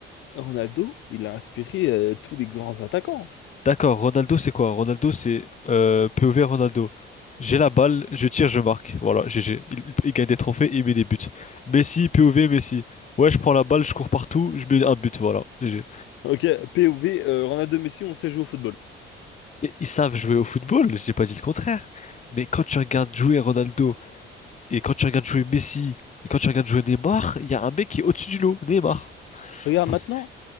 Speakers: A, on the left; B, on the left.
A: Ronaldo, il a inspiré euh, tous les grands attaquants.
B: D'accord, Ronaldo c'est quoi? Ronaldo c'est euh, POV Ronaldo. J'ai la balle, je tire, je marque. Voilà, GG. Il, il gagne des trophées, il met des buts. Messi, POV, Messi. Ouais, je prends la balle, je cours partout, je mets un but, voilà, GG.
A: Ok, POV, euh, Ronaldo Messi, on sait jouer au football.
B: Et ils savent jouer au football, j'ai pas dit le contraire. Mais quand tu regardes jouer Ronaldo, et quand tu regardes jouer Messi, et quand tu regardes jouer Neymar, il y a un mec qui est au-dessus du lot, Neymar.
A: Regarde
B: Parce-
A: maintenant,